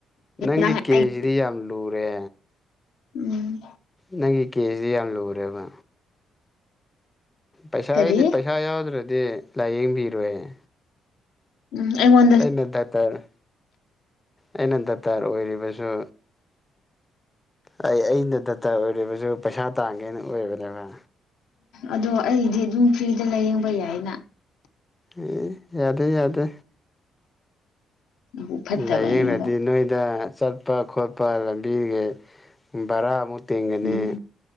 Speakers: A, on the left; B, on the left.
A: ꯅꯪꯒꯤ
B: ꯅꯪ
A: ꯀꯦꯖꯁꯤꯗꯤ
B: ꯑꯩ
A: ꯌꯥꯝ ꯂꯨꯔꯦ
B: ꯎꯝ
A: ꯅꯪꯒꯤ ꯀꯦꯖꯇꯤ ꯌꯥꯝ ꯂꯨꯔꯦꯕ ꯄꯩꯁꯥꯗꯤ
B: ꯀꯔꯤ
A: ꯄꯩꯁꯥ ꯌꯥꯎꯗ꯭ꯔꯗꯤ ꯂꯥꯏꯌꯦꯡꯕꯤꯔꯣꯏꯅꯦ
B: ꯎꯝ ꯑꯩꯉꯣꯟ
A: ꯑꯩꯅ ꯗꯥꯛꯇꯔ ꯑꯩꯅ ꯗꯥꯛꯇꯔ ꯑꯣꯏꯔꯤꯕꯁꯨ ꯑꯩ ꯑꯩꯅ ꯗꯥꯛꯇꯔ ꯑꯣꯏꯔꯤꯕꯁꯨ ꯄꯩꯁꯥ ꯇꯥꯡꯒꯦꯅ ꯑꯣꯏꯕꯅꯦꯕ
B: ꯑꯗꯣ ꯑꯩꯗꯤ ꯑꯗꯨꯝ ꯐ꯭ꯔꯤꯗ ꯂꯥꯏꯌꯦꯡꯕ ꯌꯥꯏꯅ
A: ꯑꯦ ꯌꯥꯗꯦ ꯌꯥꯗꯦ
B: ꯕꯨ ꯐꯠꯇꯕꯅꯦꯕ
A: ꯂꯥꯏꯌꯦꯡꯔꯗꯤ ꯅꯣꯏꯗ ꯆꯠꯄ ꯈꯣꯠꯄ ꯂꯝꯕꯤꯒꯤ ꯚꯔꯥ ꯑꯃꯨꯛ ꯇꯤꯡꯒꯅꯤ
B: ꯎꯝ